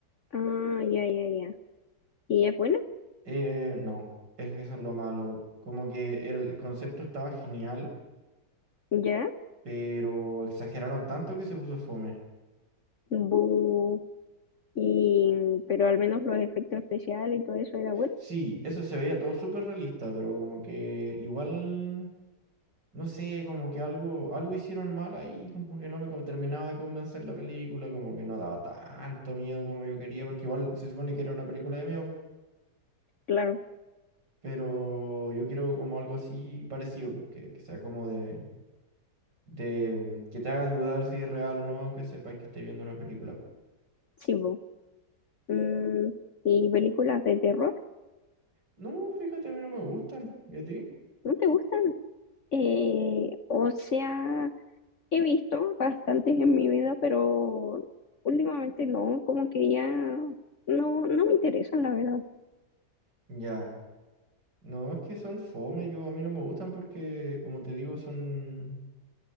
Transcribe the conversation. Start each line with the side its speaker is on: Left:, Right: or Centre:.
Left: Ah, ya, ya, ya. Y es buena,
Right: Eh, no, es, eso es lo malo. Como que era- el concepto estaba genial,
Left: ya.
Right: pero exageraron tanto que se puso fome.
Left: Bu. Y, mm, pero al menos los efectos especiales y todo eso era bueno.
Right: Sí, eso se veía todo súper realista, pero como que igual No sé, como que algo, algo hicieron mal ahí, como que no me co- terminaba de convencer la película, como que no daba tanto miedo como yo quería, porque igual se supone que era una película de miedo,
Left: Claro,
Right: pero yo quiero como algo así parecido, pues, que, que sea como de, de mm, que te haga dudar si es real o no, aunque sepas que estés viendo una película.
Left: sí, bu. Mm, y películas de terror,
Right: No, fíjate, a mí no me gustan, ¿y a ti?
Left: ¿no te gustan? Eh, o sea. He visto bastantes en mi vida, pero últimamente no, como que ya no, no me interesan, la verdad.
Right: Ya, no, es que son fome, yo a mí no me gustan porque, como te digo, son,